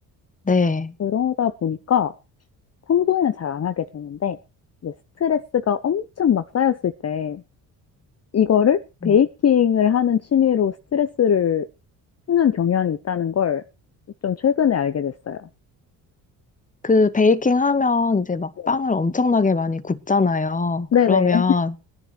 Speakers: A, on the left; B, on the left.
A: 네.
B: 그러다 보니까 평소에는 잘 안 하게 되는데, 이제 스트레스가 엄청 막 쌓였을 때, 이거를 베이킹을
A: 음.
B: 하는 취미로 스트레스를 푸는 경향이 있다는 걸 좀 최근에 알게 됐어요.
A: 그 베이킹 하면 이제 막
B: 네.
A: 빵을 엄청나게 많이 굽잖아요.
B: 네네.
A: 그러면